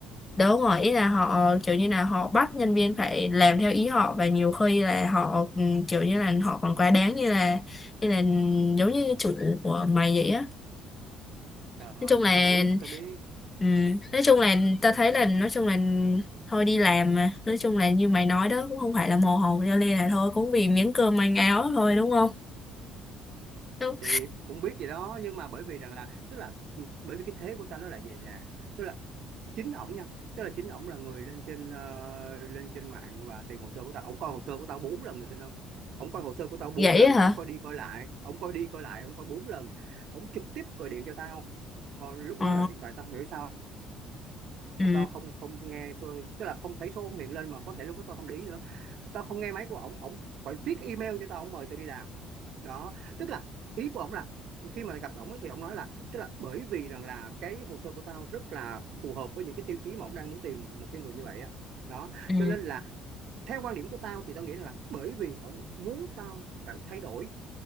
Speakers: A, on the left (about 20°); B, on the right (about 60°).
A: đấu ngỏ ý là họ kiểu như là họ bắt nhân viên phải làm theo ý họ và nhiều khi là họ ừ, kiểu như là họ còn quá đáng như là như là giống như chủ của mày vậy á
B: ờ,
A: nói chung là
B: thì tao biết tao biết
A: ừ, nói chung là ta thấy là nói chung là thôi đi làm mà nói chung là như mày nói đó cũng không phải là mồ hồ cho nên là thôi cũng vì miếng cơm manh áo thôi đúng không đúng
B: thì cũng biết gì đó nhưng mà bởi vì rằng là tức là ừ, bởi vì cái thế của tao nó là vậy nè tức là chính ổng nha tức là chính ổng là người lên trên ờ, lên trên mạng và tìm hồ sơ của tao ổng coi hồ sơ của tao bốn lần mày tin không ổng coi hồ sơ của tao bốn
A: vậy
B: lần
A: á hả
B: ổng coi đi coi lại ổng coi đi coi lại ổng coi bốn lần ổng trực tiếp gọi điện cho tao Hồi, lúc
A: ờ
B: đó là điện thoại tao không hiểu sao
A: ừ,
B: tao không không nghe số tức là không thấy số ổng hiện lên mà có thể lúc đó tao không để ý nữa tao không nghe máy của ổng ổng phải viết email cho tao ổng mời tao đi làm đó tức là ý của ông là khi mà gặp ổng ấy thì ông nói là tức là bởi vì rằng là cái hồ sơ của tao rất là phù hợp với những cái tiêu chí mà ông đang muốn tìm một cái người như vậy á đó
A: ừ,
B: cho nên là theo quan điểm của tao thì tao nghĩ là bởi vì ông muốn tao phải thay đổi